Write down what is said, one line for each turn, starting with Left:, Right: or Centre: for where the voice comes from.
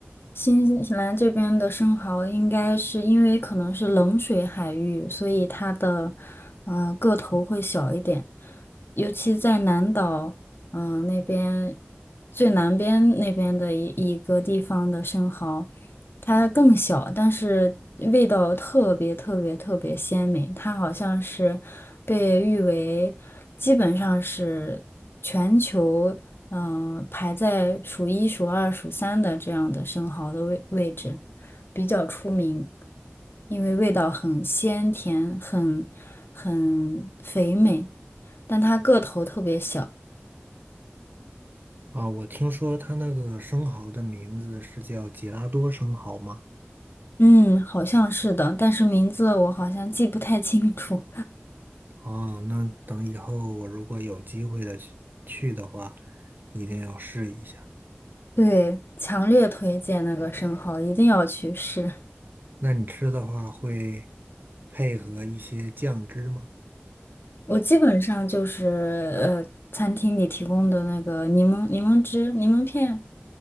Left: 新西兰这边的生蚝应该是因为可能是冷水海域，所以它的呃个头会小一点，尤其在南岛，嗯、那边最南边那边的一一个地方的生蚝，它更小，但是味道特别特别特别鲜美，它好像是被誉为基本上是。全球。嗯、呃排在数一、数二、数三的这样的生蚝的位位置，比较出名，因为味道很鲜甜，很很肥美，但它个头特别小。
Right: 啊。我听说它那个生蚝的名字是叫吉拉多生蚝吗？
Left: 嗯，好像是的，但是名字我好像记不太清楚。
Right: 哦，那等以后我如果有机会的去去的话，一定要试一下。
Left: 对，强烈推荐那个生蚝，一定要去试。
Right: 那你吃的话会配合一些酱汁吗？
Left: 我基本上就是呃，餐厅里提供的那个柠檬、柠檬汁、柠檬片，